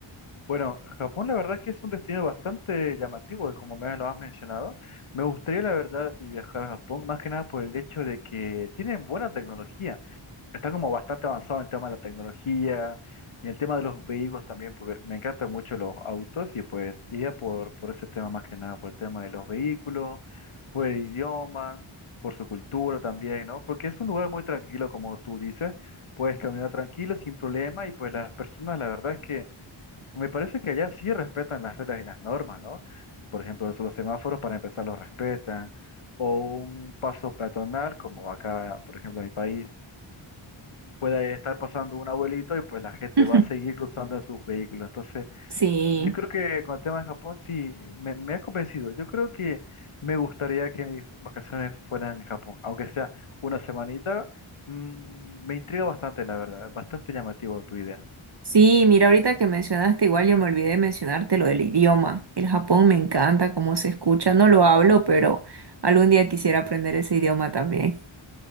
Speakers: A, on the left; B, on the right.
A: Bueno, Japón la verdad es que es un destino bastante llamativo, como me lo has mencionado. Me gustaría la verdad vi- viajar a Japón, más que nada por el hecho de que tienen buena tecnología. Están como bastante avanzados en tema de la tecnología y el tema de los vehículos también, porque me encantan mucho los autos y pues iría por, por ese tema más que nada, por el tema de los vehículos, por el idioma, por su cultura también, ¿no? Porque es un lugar muy tranquilo, como tú dices, puedes caminar tranquilo, sin problema y pues las personas la verdad es que... Me parece que allá sí respetan las reglas y las normas, ¿no? Por ejemplo, los los semáforos para empezar los respetan, o un paso peatonal, como acá, por ejemplo, en mi país, puede estar pasando un abuelito y pues la gente
B: <laughs>
A: va a seguir cruzando en sus vehículos. Entonces,
B: Sí,
A: yo creo que con el tema de Japón sí, me, me ha convencido. Yo creo que me gustaría que mis vacaciones fueran en Japón, aunque sea una semanita. mm, me intriga bastante, la verdad, bastante llamativo tu idea.
B: sí, mira, ahorita que mencionaste, igual yo me olvidé de mencionarte lo del idioma. El Japón me encanta cómo se escucha, no lo hablo, pero algún día quisiera aprender ese idioma también.